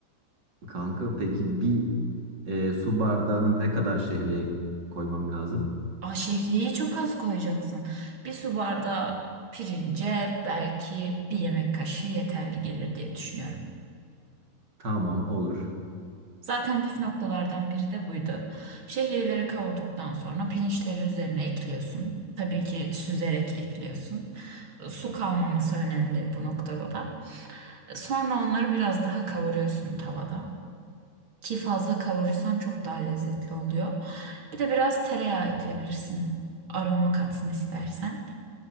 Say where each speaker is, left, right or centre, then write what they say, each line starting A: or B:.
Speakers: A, on the right; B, on the right.
A: kanka peki bir e, su bardağına ne kadar şehriye koymam lazım?
B: Aa, şehriyeyi çok az koyacaksın. Bir su bardağı pirince belki bir yemek kaşığı yeterli gelir diye düşünüyorum.
A: Tamam olur.
B: Zaten püf noktalardan biri de buydu. Şehriyeleri kavurduktan sonra pirinçleri üzerine ekliyorsun. Tabii ki süzerek ekliyorsun. Su kalmaması önemli bu noktada da. Sonra onları biraz daha kavuruyorsun tavada. Ki fazla kavurursan çok daha lezzetli oluyor. Bir de biraz tereyağı ekleyebilirsin. Aroma katsın istersen.